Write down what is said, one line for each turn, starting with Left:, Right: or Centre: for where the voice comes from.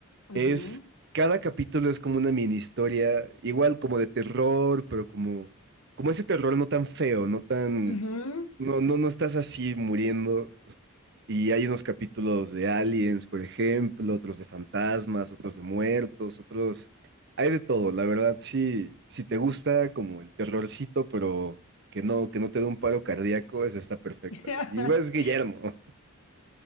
Left: Ujú,
Right: Es, cada capítulo es como una mini historia, igual como de terror, pero como, como ese terror no tan feo, no tan,
Left: ujú.
Right: no, no, no estás así muriendo. Y hay unos capítulos de aliens, por ejemplo, otros de fantasmas, otros de muertos, otros, hay de todo, la verdad, sí, si te gusta como el terrorcito, pero que no, que no te dé un paro cardíaco, esa está perfecta.
Left: <laughs>
Right: Y igual es Guillermo.